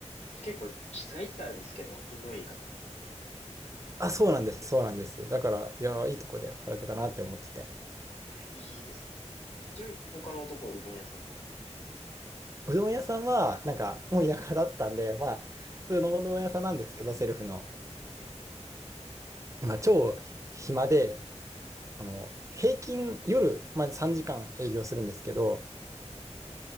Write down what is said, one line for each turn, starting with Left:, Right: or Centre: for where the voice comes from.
Left: 結構、質がいいって言ったらあれですけど、品のいい方が多くて。
Right: あ、そうなんです、そうなんです。だから、いや、いいとこで働けたなって思ってて。
Left: いいですね。ちなみに、他のところ、うどん屋さんとか。
Right: うどん屋さんは、なんか、もう田舎だったんで、まあ、普通のうどん屋さんなんですけど、セルフの。
Left: ええ。
Right: まあ、超暇で、あの、平均夜、まあ、3時間営業するんですけど、
Left: ええ。